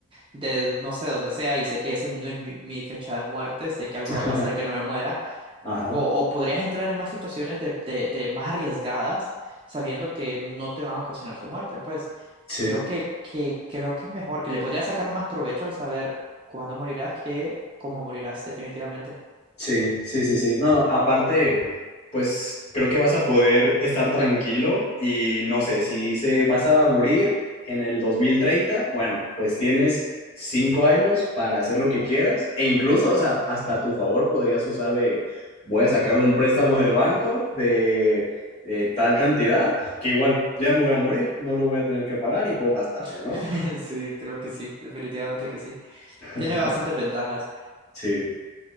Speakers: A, on the right; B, on the left.
A: de no sé dónde sea y sé que esa no es mi, mi fecha de muerte, sé que algo
B: <laughs>
A: va a pasar que no me muera,
B: Ajá,
A: o, o podrías entrar en más situaciones de, de, de más arriesgadas sabiendo que no te van a ocasionar tu muerte, pues
B: sí.
A: creo que, que, creo que es mejor, que le podrías sacar más provecho al saber cuándo morirás que cómo morirás, definitivamente.
B: Sí, sí, sí, sí. No, aparte, pues creo que vas a poder estar tranquilo y no sé, si dice vas a morir en el 2030, bueno, pues tienes cinco años para hacer lo que quieras e incluso, o sea, hasta a tu favor podrías usar de, voy a sacar un préstamo del banco de eh, tal cantidad que igual ya me voy a morir, no lo voy a tener que pagar y puedo gastarlo,
A: <laughs>
B: ¿no?
A: Sí, creo que sí, definitivamente que sí.
B: <laughs>
A: Tiene bastantes ventajas.
B: Sí,